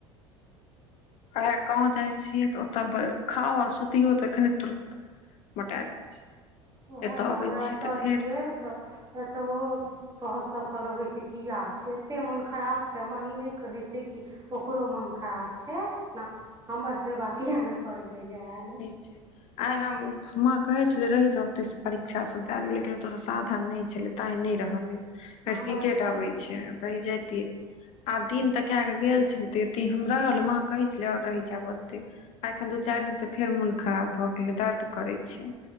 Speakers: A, on the left; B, on the right.
A: उहे गाँव जाय छिय, त ओत बअ खाओ आ सुतियो त, ऐखने तुरत मोटा जाइ छी
B: उऐह
A: एतऽ
B: त
A: अबै
B: हमरा
A: छी
B: एतय
A: तऽ फेर
B: छिय त ऐतहुउ साॅउस सभ कह लग छै, किये छै एते मन खराब छै, म ई नहि कहय छै कि ओकरो मोन खराब छै, ना हमर सेवा किये नहि करय ले ऐल
A: छय। आइ हम, मां कहे छले रहय जाउ ओतय स परीक्षा सब दे देबय, लेकिन ओत स साधन नहि छलय। तांय नहि रहलीय, फेर
B: हमरा
A: सी टेट
B: नहि रहऽ
A: अबय
B: दै
A: छय।
B: छै
A: रहि जतियै, आब दिन तका क गेल छलै, त ते हमरा माँ कहे छलेै और रहि जेब अतय, एखन दू
B: हूँ
A: चारि दिन स फेर मोन खराब भ गेलय, दर्द करय छय